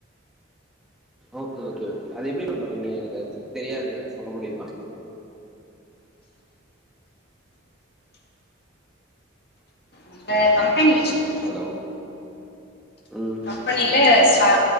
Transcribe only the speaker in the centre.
ஓகே ஓகே ஓகே அது எப்டி மேம் பண்ணுவீங்க எனக்கு அத பத்தி தெரியாது எதாவ்து சொல்ல முடியுமா
ஹலோ ம்